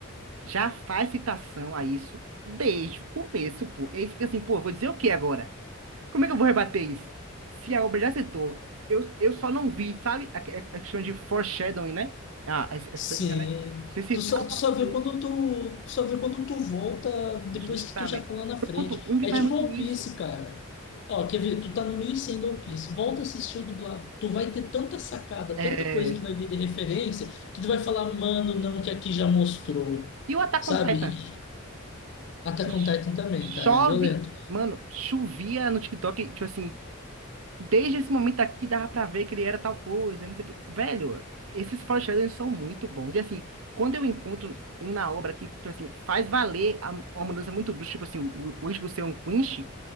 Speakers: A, on the right; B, on the left.
A: já faz citação a isso desde o começo, pô. E aí fica assim, pô, vou dizer o que agora? Como é que eu vou rebater isso? Se a obra já citou, eu, eu só não vi, sabe? A, a- a questão de foreshadowing, né? Ah, essa, essa
B: Sim.
A: técnica, né? Você citar
B: Tu só,
A: uma
B: tu só vê
A: coisa,
B: quando tu, tu só vê quando tu volta depois
A: justamente.
B: que tu já tá lá na
A: Pronto,
B: frente.
A: um que
B: É
A: faz
B: tipo
A: muito
B: One
A: isso.
B: Piece, cara. Ó, quer ver? Tu tá no 1100 do One Piece. Volta a assistir o dublado. Tu vai ter tanta sacada,
A: É...
B: tanta coisa que tu vai ver de referência, que tu vai falar, mano, não, que aqui já mostrou.
A: E o Attack
B: Sabe?
A: on Titan?
B: E Attack
A: Que ch-
B: on Titan também,
A: chove,
B: cara. É violento.
A: mano, chovia no TikTok, tipo assim. Desde esse momento aqui dava pra ver que ele era tal coisa, não sei o quê. Velho, esses foreshadowings são muito bons. E assim, quando eu encontro um na obra que, tipo assim, faz valer a, uma mudança muito brusca, tipo assim, o o Ichigo ser um Quinch,